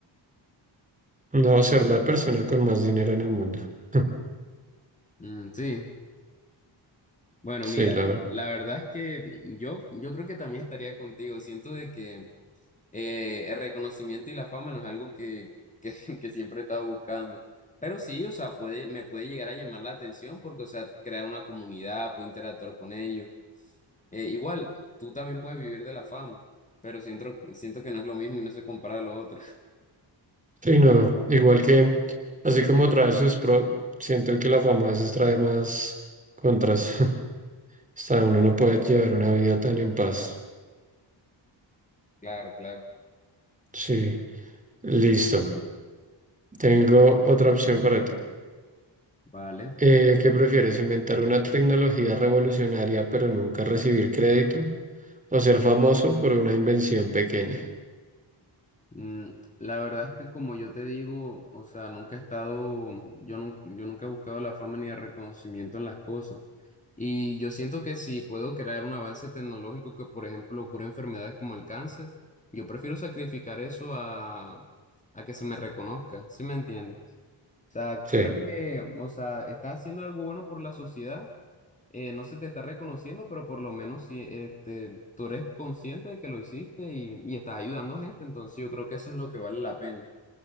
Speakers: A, on the right (about 15°); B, on the left (about 15°).
A: No ser la persona con más dinero en el mundo. <laughs>
B: Mm, sí. Bueno,
A: Sí,
B: mira,
A: la verdad.
B: la verdad es que yo, yo creo que también estaría contigo. Siento de que eh, el reconocimiento y la fama no es algo que, que, <laughs> que siempre he estado buscando. Pero sí, o sea, puede, me puede llegar a llamar la atención porque, o sea, crear una comunidad, puedo interactuar con ellos. Eh, igual, tú también puedes vivir de la fama, pero siento, siento que no es lo mismo y no se compara a lo otro. <laughs>
A: Sí, no, igual que, así como trae sus pro, siento que la fama a veces trae más contras. <laughs> Hasta uno no puede llevar una vida tan en paz.
B: Claro, claro.
A: Sí, listo. Tengo otra opción para ti.
B: Vale.
A: Eh, ¿qué prefieres? ¿Inventar una tecnología revolucionaria pero nunca recibir crédito? ¿O ser famoso por una invención pequeña?
B: Mm, La verdad es que como yo te digo, o sea, nunca he estado, yo, nun- yo nunca he buscado la fama ni el reconocimiento en las cosas. Y yo siento que si puedo crear un avance tecnológico que, por ejemplo, cure enfermedades como el cáncer, yo prefiero sacrificar eso a, a que se me reconozca, ¿sí me entiendes? O sea,
A: Sí,
B: creo que, o sea, estás haciendo algo bueno por la sociedad eh, no se te está reconociendo, pero por lo menos sí, este, tú eres consciente de que lo hiciste y, y estás ayudando gente, entonces yo creo que eso es lo que vale la pena.